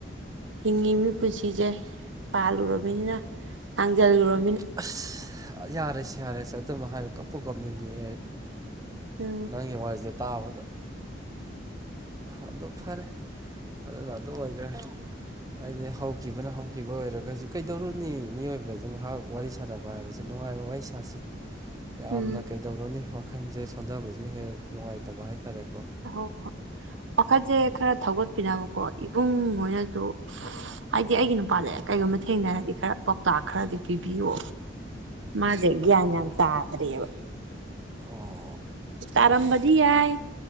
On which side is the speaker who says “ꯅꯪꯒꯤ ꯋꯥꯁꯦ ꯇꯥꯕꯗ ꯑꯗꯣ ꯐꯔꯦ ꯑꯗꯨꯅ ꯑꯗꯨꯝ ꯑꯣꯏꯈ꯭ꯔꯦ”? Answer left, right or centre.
Right